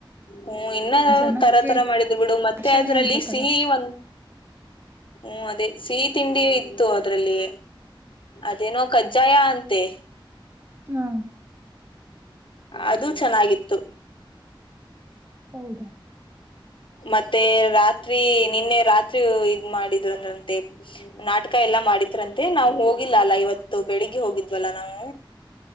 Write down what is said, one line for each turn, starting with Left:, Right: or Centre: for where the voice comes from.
Left: ಹ್ಮ್ ಇನ್ನ
Right: ಜನಕ್ಕೆ
Left: ತರಾ ತರ ಮಾಡಿದ್ ಬಿಡು ಮತ್ತೆ
Right: ಆಕರ್ಷಣೆ
Left: ಅದ್ರಲ್ಲಿ
Right: ಆಗ್ಬೇಕಲ್ಲ
Left: ಸಿಹಿ ಒಂದ ಹ್ಮ್ ಅದೇ ಸಿಹಿ ತಿಂಡಿ ಇತ್ತು ಅದ್ರಲ್ಲಿ. ಅದೇನೋ ಕಜ್ಜಾಯ ಅಂತೆ.
Right: ಹಾ.
Left: ಅದುೂ ಚೆನ್ನಾಗಿತ್ತು.
Right: ಹೌದಾ.
Left: ಮತ್ತೆ ರಾತ್ರಿ ನಿನ್ನೆ ರಾತ್ರಿ ಇದ್ ಮಾಡಿದ್ರು ಅಂದ್ರಂತೆ ನಾಟಕ ಎಲ್ಲಾ ಮಾಡಿದ್ರಂತೆ ನಾವ ಹೋಗಿಲ್ಲ ಅಲ್ಲಾ ಇವತ್ತು ಬೆಳಿಗ್ಗೆ ಹೋಗಿದ್ವಲ್ಲಾ ನಾವು.